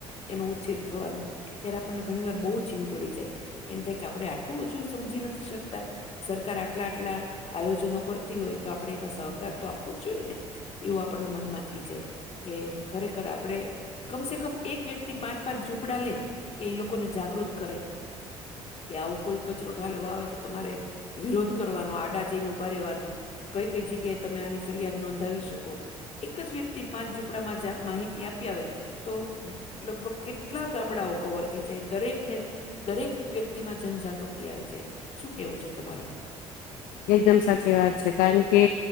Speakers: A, on the left; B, on the left.
A: એનો ઉછેર થવાનો- ત્યારે આપણને ઘણી વાર બહુ જીવ બળી જાય એમ થાય કે આપડે આટલું હજુ સમજી નથી શકતા સરકાર આટલા આટલા આયોજનો કરતી હોય તો આપડે એમાં સહકાર તો આપવો જ જોઈએ ને એવું આપણને મનમાં થઈ જાય કે ખરેખર આપડે કમસે કમ એક વ્યક્તિ પાંચ પાંચ ઝુંપડા લે કે એ લોકોને જાગૃત કરે કે આવું કોઈ કચરો ઠાલવા આવે તો તમારે વિરોધ કરવાનો આડાજૈન ઉભા રહેવાનું કઈ કઈ જગ્યાએ તમે આની ફરિયાદ નોંધાવી શકો એક જ વ્યક્તિ પાંચ ઝૂપડામાં જા માહિતી આપી આવે તો લગભગ કેટલા ગામડાઓ કવર થઈ જાય દરેક ને દરેક વ્યક્તિમાં જનજાગૃતિ આવી જાય શું કેવું છે તમારું
B: એકદમ સાચી વાત છે કારણ કે